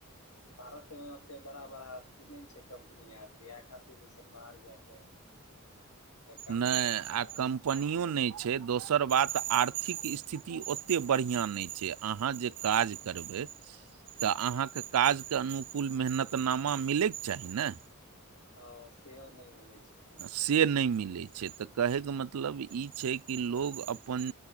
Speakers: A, on the left; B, on the right.
A: भारत मे ओते बड़ा बड़ा नहि छै कम्पनी आर इएह खातिर ओ सब बाहर जायके काम
B: नहि
A: करै छै
B: आ कम कम्पनियो नहि छै दोसर बात आर्थिक स्थिति ओतेक बढ़िआँ नहि छै अहाँ जे काज करबै। तऽ अहाँके काजके अनुकूल मेहनतनामा मिलैक चाही ने।
A: हॅं सेहो नहि मिलै छै।
B: से नहि मिलै छै तऽ कहैके मतलब ई छै कि लोग अपन